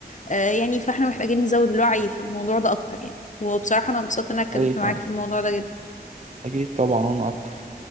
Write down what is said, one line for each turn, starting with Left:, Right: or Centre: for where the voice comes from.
Left: آه، يعني فاحنا محتاجين نزود الوعي في الموضوع ده اكتر يعني وبصراحة انا مبسوطة ان انا اتكلمت
Right: أي فا-
Left: معاك في الموضوع ده جدا
Right: أكيد طبعا وأنا أكتر